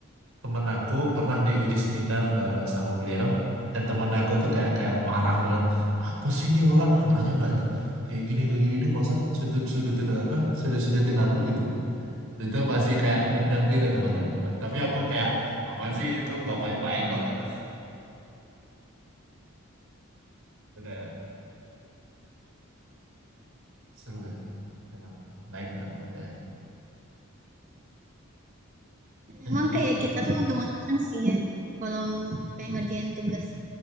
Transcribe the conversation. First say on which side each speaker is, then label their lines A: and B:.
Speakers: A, on the right; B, on the right.
A: temen aku pernah diuji seminar ba- sama beliau dan temen aku tuh kayak kayak marah banget apa sih ini orang nanya nggak j- kayak gini kayak gini masa sudut sudutin apa sudut sudutin aku gitu itu pasti kayak dendam gitu temen aku tapi aku kayak apa sih itu bapaknya baik kok gitu Itu kayak seru ya emang baik banget bapaknya
B: Dan
A: Eh,
B: Emang
A: jadi
B: kayak kita tuh untung-untungan sih ya kalau kayak ngerjain tugas